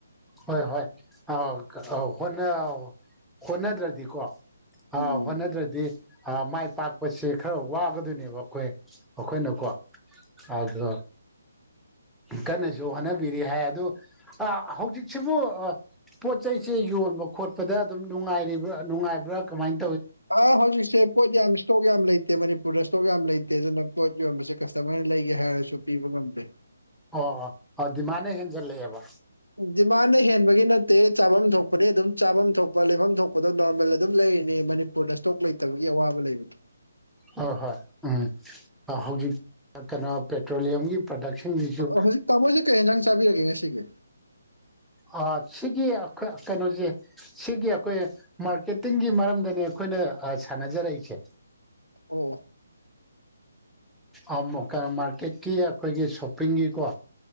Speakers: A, in the centre; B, on the left.
A: ꯍꯣꯏ ꯍꯣꯏ ꯑ ꯑꯧ ꯍꯣꯠꯅ ꯍꯣꯅꯗ꯭ꯔꯗꯤ ꯀꯣ
B: ꯎꯝ
A: ꯑ ꯍꯣꯠꯅꯗ꯭ꯔꯗꯤ ꯃꯥꯏ ꯄꯥꯛꯄꯁꯦ ꯈꯔ ꯋꯥꯒꯗꯣꯏꯅꯦꯕ ꯑꯩꯈꯣꯏ ꯑꯩꯈꯣꯏ ꯅꯀꯣ ꯑꯗꯨ ꯀꯟꯅꯁꯨ ꯍꯣꯠꯅꯕꯤꯔꯤ ꯍꯥꯏ ꯑꯗꯣ ꯑ ꯍꯧꯖꯤꯛ ꯁꯤꯕꯨ ꯑ ꯄꯣꯠ ꯆꯩꯁꯦ ꯌꯣꯟꯕ ꯈꯣꯠꯄꯗ ꯑꯗꯨꯝ ꯅꯨꯡꯉꯥꯏꯒ꯭ꯔꯤꯕ ꯅꯨꯡꯉꯥꯏꯕ꯭ꯔꯥ ꯀꯃꯥꯏ
B: ꯑꯥ ꯍꯧꯖꯤꯛꯁꯦ ꯄꯣꯠ ꯌꯥꯝ ꯏꯁꯇꯣꯛ ꯌꯥꯝ ꯂꯩꯇꯦ ꯃꯅꯤꯄꯨꯔꯗ ꯏꯁꯇꯣꯛ ꯌꯥꯝ ꯂꯩꯇꯦ ꯑꯗꯨꯅ ꯄꯣꯠ ꯌꯣꯟꯕꯁꯦ ꯀꯁꯇꯃꯔꯅ ꯂꯩꯒꯦ ꯍꯥꯏꯔꯁꯨ ꯄꯤꯕ ꯉꯝꯗꯦ
A: ꯑꯣ ꯑꯣ ꯑ ꯗꯤꯃꯥꯟꯅ ꯍꯦꯟꯖꯜꯂꯛꯑꯦꯕ
B: ꯗꯤꯃꯥꯟꯅ ꯍꯦꯟꯕꯒꯤ ꯅꯠꯇꯦ ꯆꯥꯐꯝ ꯊꯣꯛꯄꯅꯤ ꯑꯗꯨꯝ ꯆꯥꯐꯝ ꯊꯣꯛꯄ ꯂꯩꯐꯝ ꯊꯣꯛꯄꯗꯣ ꯅꯣꯔꯃꯦꯜ ꯑꯗꯨꯝ ꯂꯩ ꯅꯦ ꯃꯅꯤꯄꯨꯔꯗ ꯏꯁꯇꯣꯛ ꯂꯩꯇꯕꯒꯤ ꯑꯋꯥꯕ ꯂꯩꯕꯗꯨ
A: ꯍꯣꯏ ꯍꯣꯏ ꯎꯝ ꯍꯧꯖꯤꯛ ꯀꯩꯅꯣ ꯄꯦꯇ꯭ꯔꯣꯂꯤꯌꯝꯒꯤ ꯄ꯭ꯔꯗꯛꯁꯤꯡꯁꯤꯁꯨ
B: ꯍꯧꯖꯤꯛ ꯇꯥꯃꯣꯁꯦ ꯀꯩ ꯍꯤꯟꯖꯥꯡ ꯆꯥꯕꯤꯔꯒꯦ ꯉꯁꯤꯒꯤ
A: ꯑ ꯁꯤꯒꯤ ꯑꯩꯈꯣꯏ ꯀꯩꯅꯣꯖꯦ ꯁꯤꯒꯤ ꯑꯩꯈꯣꯏ ꯃꯥꯔꯀꯦꯇꯤꯡꯒꯤ ꯃꯔꯝꯗꯅꯦ ꯑꯩꯈꯣꯏ ꯁꯤꯗ ꯑ ꯁꯥꯟꯅꯖꯔ ꯔꯛꯢꯁꯦ
B: ꯑꯣ
A: ꯑ ꯃꯣꯀ ꯃꯥꯔꯀꯦꯠꯀꯤ ꯑꯩꯈꯣꯏꯒꯤ ꯁꯣꯞꯄꯤꯡꯒꯤꯀꯣ